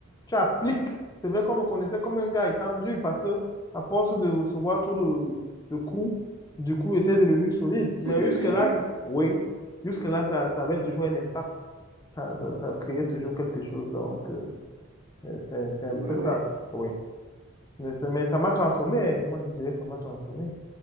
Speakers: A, on the left (about 15°); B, on the right (about 55°).
A: tu appliques, c'est vrai qu'on me connaissait comme un gars étendu parce que, à force de recevoir trop de, de coups, du coup, il était devenu solide.
B: Tu
A: Mais
B: es devenu
A: jusque-là,
B: dur.
A: oui, jusque-là,
B: Oui,
A: ça, ça avait toujours un impact. Ça, ça, ça créait toujours quelque chose. Donc, euh, euh, c'est, c'est un
B: oui,
A: peu
B: oui.
A: ça. Oui. Mais, c'est- mais ça m'a transformé. Moi, je dirais, ça m'a transformé.